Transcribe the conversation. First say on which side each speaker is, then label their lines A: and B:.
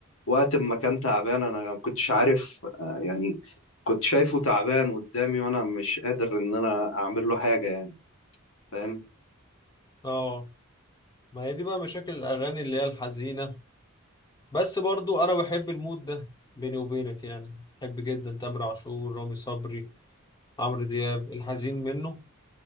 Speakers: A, on the left; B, on the left.
A: وقت ما كان تعبان أنا ما كنتش عارف آه، يعني كنت شايفه تعبان قدامي وأنا مش قادر إن أنا أعمل له حاجة يعني فاهم؟
B: اه ما هي دي بقى مشاكل الأغاني اللي هي الحزينة بس برضو أنا بحب المود ده بيني وبينك يعني بحب جدا تامر عاشور رامي صبري عمرو دياب الحزين منه